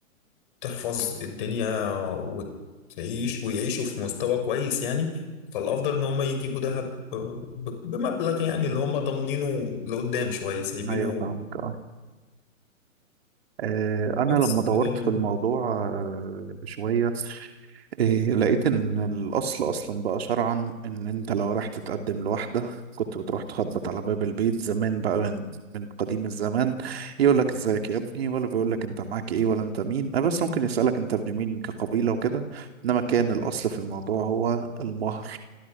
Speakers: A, on the left; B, on the right.
A: تحفظ الدنيا وتعيش ويعيشوا في مستوى كويس يعني فالأفضل إن هما يجيبوا دهب ب- بمبلغ يعني اللي هما ضامنينه لقدام شوية سايبينه
B: ايوه فاهمك اه آه، انا
A: بس
B: لما دورت
A: كده يعني.
B: في الموضوع آه، شوية إيه لقيت ان الاصل اصلا بقى شرعا ان انت لو رايح تتقدم لواحده كنت بتروح تخبط على باب البيت زمان بقى من من قديم الزمان يقول لك ازيك يا ابني ولا بيقول لك انت معاك ايه ولا انت مين أه بس ممكن يسالك انت ابن مين كقبيله وكده انما كان الاصل في الموضوع هو المهر